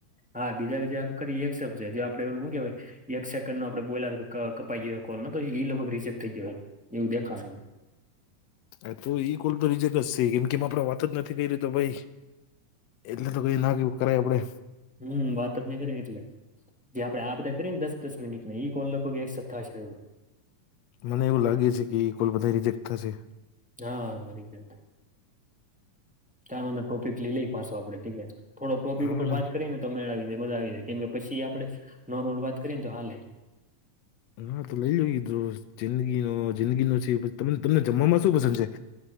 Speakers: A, in the centre; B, on the left.
A: હા બીજા બી જે કરી એક્સેપ્ટ છે જે આપડે ઓલું હું કેવાય એક સેકન્ડનો આપડે બોલ્યા ક-કપાઈ ગયો કોલ તો ઈ લગભગ રિજેક્ટ થઈ ગયો એવું દેખાહે
B: હ તો ઈ કોલ તો રીજેક જ છે કેમ કે આપડ વાત જ નથી કરી રહી તો પહિ એટલે તો કઈ ના કિઉ કરાય આપડે
A: હમ્મ વાત જ ની કરી એટલે જે આપે આ બધા કરીએને દસ દસ મિનિટ ઈ કોલ લગભગ એક્સેપ્ટ થાશે
B: મને એવું લાગે છે કે કોલ બધા રિજેક્ટ થશે
A: હા રિજેક્ટ કાલ વાળો ટોપિક લઈ લઈ પાછો આપડે ઠીકે થોડો ટોપિક
B: હા
A: ઉપર
B: ના
A: વાત કરીને તો મેળ આવી જાય મજા આવી જાય કેમ કે પછી આપડે નોર્મલ વાત કરીએને તો હાલે
B: ના તો લઈ લ કીધું જિંદગીનો જિંદગીનો છે તમને તમને જમવામાં શું પસંદ છે